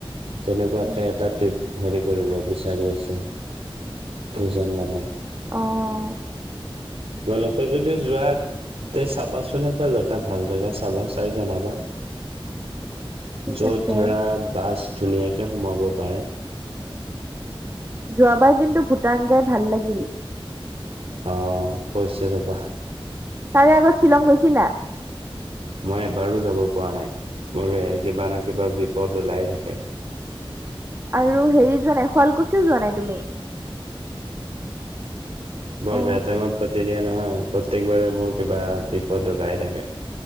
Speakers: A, on the right (about 80°); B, on the right (about 25°).
A: তেনেকুৱাকে
B: উম,
A: এটা ট্ৰিপ হেৰি কৰিব বিচাৰি আছো কেইজন মানে
B: আহ।
A: ভাল তই যদি যোৱা তই চাবাচোন এটা জেগা ভাল জেগা চাবা চাই জনাবা।
B: ঠিক
A: য'ত
B: আছে
A: ধৰা বাছ ধুনীয়াকে সোমাব পাৰে।
B: যোৱাবাৰ কিন্তু ভূটান যাই ভাল লাগিল।
A: আহ কৈছে ৰবা।
B: তাৰে আগত <unintelligible>
A: মই এবাৰো যাব পৰা নাই, মোৰ কিবা নহয় কিবা বিপদ ওলাই থাকে।
B: আৰু হেৰি যোৱা নাই, শুৱালকুছিও যোৱা নাই তুমি?
A: বৰ
B: অ
A: বেয়া টাইমত পাতি দিয়া নহয়। প্ৰত্যেকবাৰে মোৰ কিবা বিপদ ওলাই থাকে।